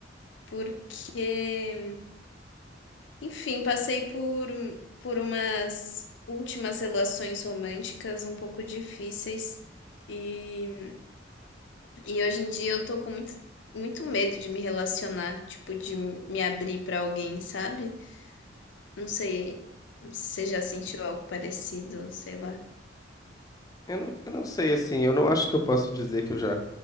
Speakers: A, on the left (about 75°); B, on the left (about 20°).
A: porque, enfim, passei por, por umas últimas relações românticas um pouco difíceis e, e hoje em dia eu tô com muito, muito medo de me relacionar, tipo, de me abrir pra alguém, sabe? Não sei se você já sentiu algo parecido, sei lá.
B: Eu não, eu não sei, assim, eu não acho que eu posso dizer que eu já